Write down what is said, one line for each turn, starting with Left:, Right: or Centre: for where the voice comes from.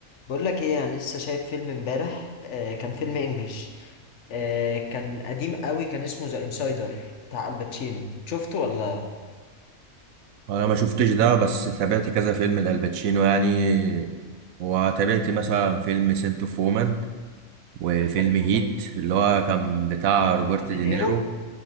Left: بقول لك ايه انا لسه شايف فيلم امبارح آه كان فيلم انجلش آه كان قديم قوي كان اسمه ذا انسايدر بتاع الباتشينو شفته ولا
Right: انا ما شفتش ده بس تابعت كذا فيلم لالباتشينو يعني وتابعت مثلا فيلم سنت اوف وومن وفيلم
Left: حلو
Right: هيت
Left: ده
Right: اللي هو كان بتاع روبرت
Left: مع دينيرو
Right: دينيرو